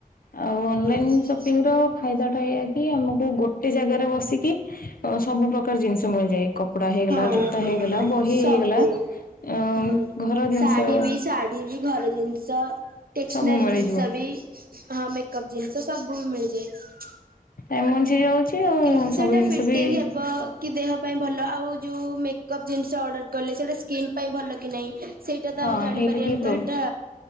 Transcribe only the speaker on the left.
ଆଉ ଅନଲାଇନ
ସପିଙ୍ଗ ର ଫାଇଦା ଟା ଏଇଆ କି ଆମକୁ ଗୋଟେ ଜାଗାରେ ବସିକି ଅ ସବୁ ପ୍ରକାର ଜିନିଷ ମିଳିଯାଏ କପଡା ହେଇଗଲା
ଜୋତା ହେଇଗଲା ବହି
ହେଇଗଲା ଅ
ଘର ଜିନିଷ
ସବୁ ମିଳିଯିବ
ଏମଞି ଯାଉଛି ଆଉ
ସବୁ ଜିନିଷ
ବି-
ହଁ
ହେଇଟା ଟିକେ ପ୍ରୋ